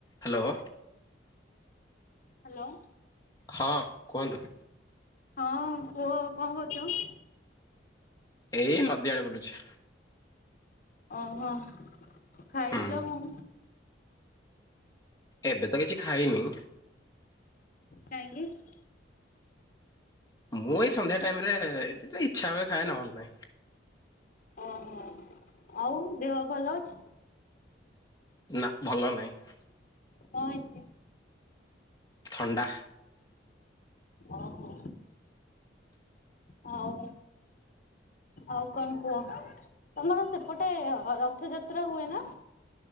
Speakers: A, on the left; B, on the left.
A: Hello.
B: Hello.
A: ହଁ କୁହନ୍ତୁ?
B: ହଁ କୁହ କଣ କରୁଛ?
A: ଏଇ ନଦୀ ଆଡେ ବୁଲୁଛି।
B: ଓହୋ ଖାଇଥିଲ
A: ହୁଁ
B: କଁ?
A: ଏବେ ତ କିଛି ଖାଇନି।
B: କାହିଁକି?
A: ମୁଁ ଏଇ ସନ୍ଧ୍ୟା ଟାଇମରେ ଇଚ୍ଛା ହୁଏ ଖାଏ ନହେଲେ ନାଇଁ।
B: ଓହ। ଆଉ ଦେହ ଭଲ ଅଛି।
A: ନା ଭଲ ନାହିଁ।
B: କଣ ହେଇଛି?
A: ଥଣ୍ଡା।
B: ଓହୋ। ହଉ। ଆଉ କଣ କୁହ ତମର ସେପଟେ ରଥଯାତ୍ରା ହୁଏ ନା?